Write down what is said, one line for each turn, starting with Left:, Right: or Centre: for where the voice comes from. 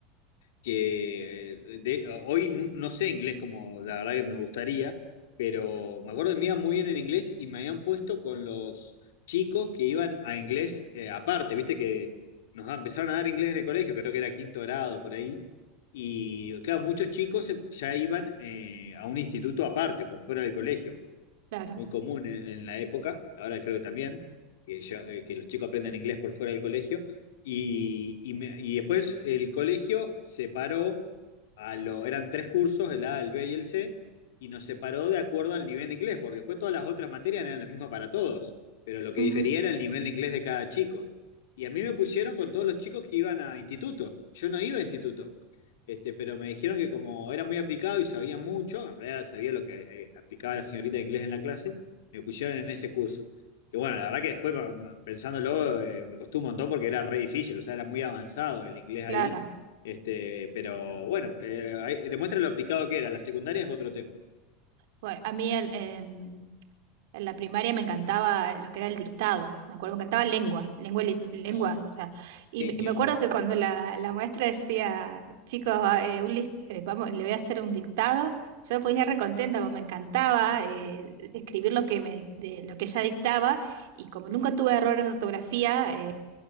Left: que eh, de- hoy nu- no, sé inglés como la verdad que me gustaría, pero me acuerdo que me iba muy bien en inglés y me habían puesto con los chicos que iban a inglés eh, aparte, ¿viste? Que nos empezaron a dar inglés en el colegio, creo que era quinto grado por ahí. Y claro, muchos chicos eh, ya iban eh, a un instituto aparte, por fuera del colegio
Right: claro.
Left: muy común en, en la época, ahora creo que también, que, yo- eh, que los chicos aprenden inglés por fuera del colegio, y, y me- y después el colegio separó, a lo, eran tres cursos, el A, el B y el C, y nos separó de acuerdo al nivel de inglés, porque después todas las otras materias eran las mismas para todos, pero lo que
Right: Ujú,
Left: difería era el nivel de inglés de cada chico. Y a mí me pusieron con todos los chicos que iban a instituto. Yo no iba a instituto. Este, pero me dijeron que como era muy aplicado y sabía mucho, en realidad sabía lo que eh, aplicaba la señorita de inglés en la clase, me pusieron en ese curso. Que bueno, la verdad que después pa- pa- pensándolo eh, me costó un montón porque era re difícil, o sea, era muy avanzado el inglés
Right: claro.
Left: ahí. Este, pero bueno, eh, ahí- demuestra lo aplicado que era. La secundaria es otro tema.
Right: Bueno, a mí el, em, En la primaria me encantaba lo que era el dictado, me acuerdo, me encantaba lengua, lengua, y lit- lengua,
Left: No,
Right: o sea, y
Left: qué
Right: me
Left: ñoño.
Right: y me acuerdo que cuando la, la maestra decía, chicos, va- eh, un lis- eh, vamos, le voy a hacer un dictado, yo me ponía recontenta, porque me encantaba eh, escribir lo que, me, de- lo que ella dictaba, y como nunca tuve errores de ortografía, eh,